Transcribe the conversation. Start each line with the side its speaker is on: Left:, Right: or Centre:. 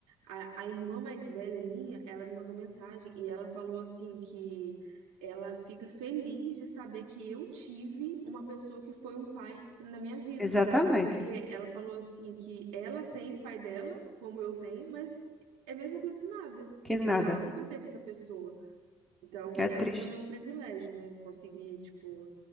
Right: a, a irmã mais velha minha, ela me mandou mensagem e ela falou assim que ela fica feliz de saber que eu tive uma pessoa que foi um pai na minha vida.
Centre: Exatamente.
Right: Porque ela falou assim que ela tem o pai dela, como eu tenho, mas é a mesma coisa que nada,
Centre: Que
Right: entendeu?
Centre: nada.
Right: Ela nunca teve essa pessoa. Então,
Centre: É triste.
Right: é também um privilégio, né? Conseguir, tipo,